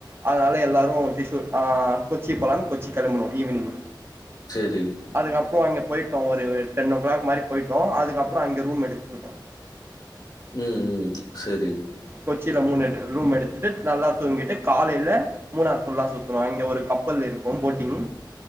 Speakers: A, on the right; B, on the left.
A: அதனால எல்லாரும் திஷூர் ஆ கொச்சி போலான் கொச்சி கிளம்பனோ ஈவினிங்
B: சரி.
A: அதுக்கப்றொ அங்க போயிட்டோ ஒரு எட் டென்ஓ கிளாக் மாரி போயிட்டோ அதுக்கப்றொ அங்கே ரூம் எடுத்துக்கிட்டோ
B: ம் ம் ம் செரி
A: கொச்சியில மூணு எடு ரூம் எடுத்துட்டு நல்லா தூங்கிட்டு காலைல மூணார் ஃபுல்லா சுத்துனோ அங்க ஒரு கப்பல் இருக்கு போட்டிங்